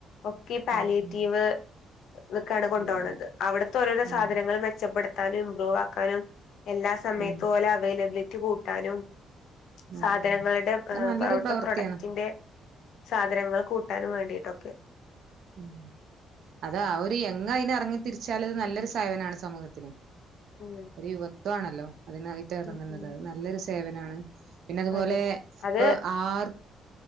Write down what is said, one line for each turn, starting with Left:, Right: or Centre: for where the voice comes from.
Left: ഒക്കെ പാല്യേറ്റീവ്
Right: ആഹ് ഉം
Left: ഇതൊക്കെയാണ് കൊണ്ട
Right: അതെ
Left: പോണത്
Right: അതെ
Left: അവിടുത്തെ ഓരോരോ
Right: ഉം
Left: സാധനങ്ങൾ മെച്ചപ്പെടുത്താനും ഇംമ്പ്രൂവ് ആക്കാനും എല്ലാ സമയത്തും
Right: ആഹ്
Left: ഓല അവൈലബിലിറ്റി കൂട്ടാനും
Right: ഉം
Left: സാധനങ്ങളുടെ
Right: ഉം അത് നല്ലൊരു
Left: പ അവിര്ട
Right: പ്രവൃത്തിയാണ്
Left: പ്രൊഡക്ടിന്റെ സാധനങ്ങൾ കൂട്ടാനും വേണ്ടിയിട്ടൊക്കെയാ
Right: ഉം അതാ ഒരു എങ്ങ് അയിന് ഇറങ്ങി തിരിച്ചാല് അത് നല്ലൊരു സേവനാണ് സമൂഹത്തിന്
Left: ഉം
Right: യുവത്വാണല്ലോ അതിനായിട്ട് ഇറങ്ങുന്നത്
Left: ഉം ഉം
Right: അത് നല്ലൊരു സേവനമാണ് പിന്നെ അതുപോലെ
Left: അതെ
Right: ഇപ്പ
Left: അത്
Right: ആർ